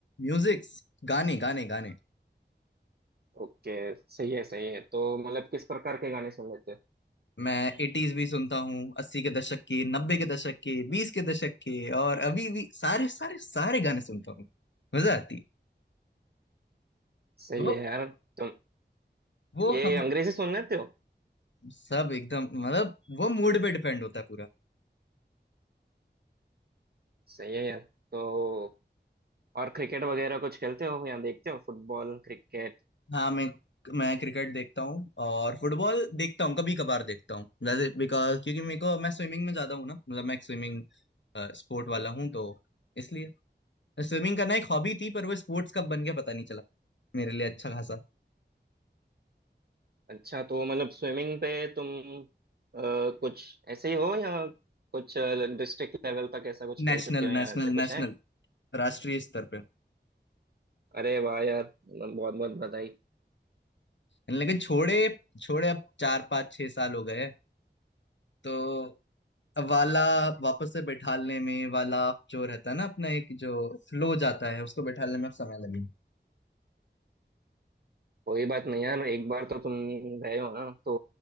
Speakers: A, on the left; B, on the right.
A: म्यूजिक्स गाने गाने गाने
B: ओके सही है सही है तो मतलब किस प्रकार के गाने सुन लेते हो
A: मैं एटीज भी सुनता हूँ अस्सी के दशक के नब्बे के दशक के बीस के दशक के और अभी भी सारे सारे सारे गाने सुनता हूँ मजा आती है
B: सही
A: वो
B: है यार तुम
A: वो
B: ये
A: हम
B: अंग्रेजी सुन लेते हो
A: सब एकदम मतलब वो मूड पे डिपेंड होता है पूरा
B: सही है यार तो और क्रिकेट वगैरह कुछ खेलते हो या देखते हो Football cricket
A: हाँ मैं मैं क्रिकेट देखता हूँ और फुटबॉल देखता हूँ कभी कभार देखता हूँ जैसे बिकॉज क्योंकि मेरे को मैं स्विमिंग में ज्यादा हूँ ना मतलब मैं एक स्विमिंग स्पोर्ट वाला हूँ तो इसलिए स्विमिंग करना एक हॉबी थी पर वो स्पोर्ट्स कब बन गया पता नहीं चला मेरे लिए अच्छा खासा।
B: अच्छा तो मतलब स्विमिंग पे तुम अ, कुछ ऐसे ही हो या कुछ डिस्ट्रिक्ट लेवल तक ऐसा कुछ
A: National
B: खेल चुके हो या
A: national
B: ऐसे कुछ
A: national
B: है
A: राष्ट्रीय स्तर पे
B: अरे वाह यार बहुत बहुत बधाई
A: लेकिन छोड़े छोड़े अब चार पाँच छह साल हो गए तो अब वाला वापस से बैठालने में वाला जो रहता है ना अपना एक जो फ्लो जाता है उसको बैठालने में अब समय लगे
B: कोई बात नहीं यार एक बार तो तुम गए हो ना तो